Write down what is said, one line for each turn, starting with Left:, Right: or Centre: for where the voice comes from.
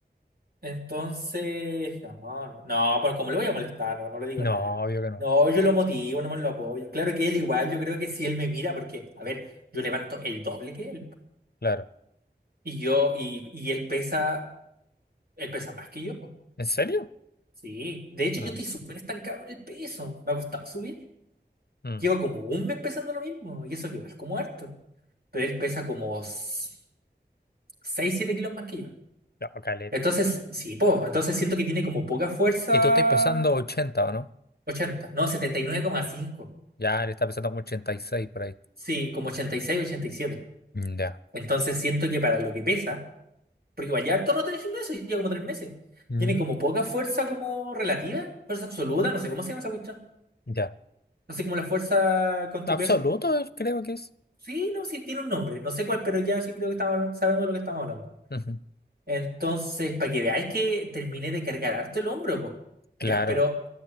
Right: Entonces, no, no, no, pero como le voy a molestar, no, no le digo
Left: No,
Right: nada.
Left: obvio que no.
Right: No, yo lo motivo, no me lo apoyo. Claro que él igual, yo creo que si él me mira, porque, a ver, yo levanto el doble que él.
Left: Claro.
Right: Y yo, y, y él pesa, él pesa más que yo. po.
Left: ¿En serio?
Right: Sí. De hecho,
Left: Ah,
Right: yo estoy súper estancado en el peso. Me ha costado subir.
Left: mm,
Right: Llevo como un mes pesando lo mismo. Y eso que igual es como harto. Pero él pesa como seis 7 kilos más que yo.
Left: no, caleta.
Right: Entonces, sí, po, entonces siento que tiene como poca fuerza.
Left: Y tú estás pesando 80, ¿o no?
Right: ochenta no, setenta y nueve coma cinco
Left: Ya, él está pesando como 86 por ahí.
Right: Sí, como 86, 87.
Left: Mm, Ya.
Right: Entonces siento que para lo que pesa, porque igual ya harto rato en el gimnasio, lleva como tres meses.
Left: Ujú,
Right: Tiene como poca fuerza como relativa, fuerza absoluta, no sé cómo se llama esa cuestión.
Left: Ya.
Right: No sé como la fuerza con tu
Left: Absoluto,
Right: peso.
Left: eh, creo que es.
Right: Sí, no, sí, tiene un nombre, no sé cuál, pero ya sí creo que estamos hablando, sabemos de lo que estamos hablando.
Left: Ujú,
Right: Entonces, para que veáis que terminé de cargar harto el hombro, pues.
Left: Claro.
Right: Ya, pero